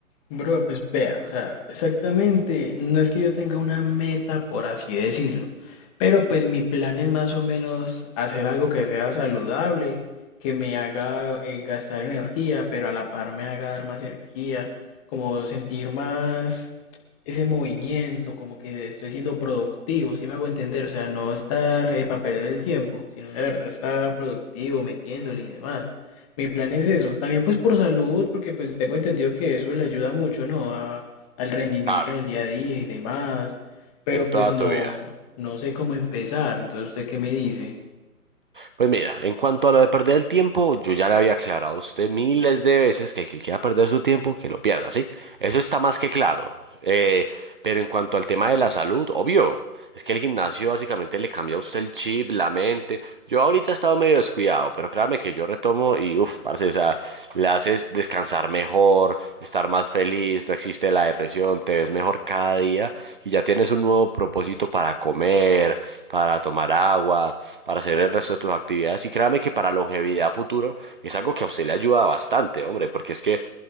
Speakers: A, on the left; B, on the right.
A: Bro, pues vea, o sea, exactamente, no es que yo tenga una meta, por así decirlo, pero pues mi plan es más o menos hacer algo que sea saludable, que me haga eh, gastar energía, pero a la par me haga dar más energía, como sentir más ese movimiento, como que estoy siendo productivo, si me hago entender, o sea, no estar eh, para perder el tiempo, sino de verdad estar productivo, metiéndole y demás. Mi plan es eso. También pues por salud, porque pues tengo entendido que eso le ayuda mucho, ¿no? A- al rendimiento
B: Claro,
A: en el día a día y demás. Pero
B: en
A: pues
B: toda
A: no,
B: tu vida.
A: no sé cómo empezar. Entonces, ¿usted qué me dice?
B: Pues mira, en cuanto a lo de perder el tiempo, yo ya le había aclarado a usted miles de veces que el que quiera perder su tiempo, que lo pierda, ¿sí? Eso está más que claro. Eh, pero en cuanto al tema de la salud, obvio, es que el gimnasio básicamente le cambia a usted el chip, la mente. Yo ahorita he estado medio descuidado, pero créame que yo retomo y uff, parce, o sea, le haces descansar mejor, estar más feliz, no existe la depresión, te ves mejor cada día y ya tienes un nuevo propósito para comer, para tomar agua, para hacer el resto de tus actividades. Y créame que para longevidad futuro es algo que a usted le ayuda bastante, hombre, porque es que.